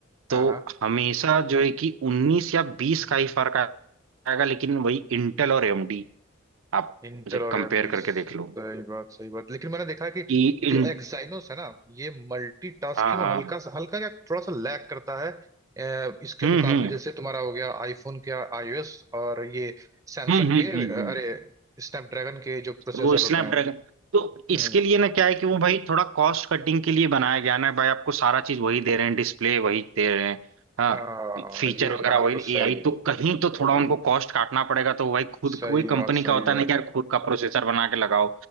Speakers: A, on the right; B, on the right.
A: तो
B: हाँ हाँ
A: हमेशा जो है कि 19 या 20 का ही फर्क आएगा लेकिन वही इंटेल और एएमडी आप
B: इंटेल
A: उसे कंपेयर
B: और एएमडी
A: करके देख लो
B: सही बात सही बात लेकिन मैंने देखा है कि ये
A: कि
B: जो
A: इन
B: एक्साइनोस है ना ये मल्टीटास्किंग
A: हाँ हाँ
B: में हल्का सा हल्का क्या थोड़ा सा लैग करता है अ, इसके
A: हम्म
B: मुकाबले
A: हम्म
B: जैसे तुम्हारा हो गया आईफोन के आईओएस और ये सैमसंग
A: हम्म हम्म
B: के
A: हम्म
B: अ, अरे
A: हम्म।
B: स्नैपड्रैगन के जो प्रोसेसर
A: वो स्नैपड्रैगन
B: होते हैं
A: तो इसके
B: हम्म
A: लिए ना क्या है कि वो भाई थोड़ा कॉस्ट कटिंग के लिए बनाया गया ना भाई आपको सारा चीज वही दे रहे हैं डिस्प्ले वही दे रहे हैं हाँ
B: आ,
A: फीचर
B: ये
A: वगैरह
B: बात
A: वही
B: तो सही
A: एआई
B: बोली
A: तो कहीं तो थोड़ा उनको कॉस्ट काटना पड़ेगा तो भाई खुद
B: सही
A: वही कंपनी
B: बात सही
A: का होता
B: बात
A: है ना कि यार खुद का प्रोसेसर बना के लगाओ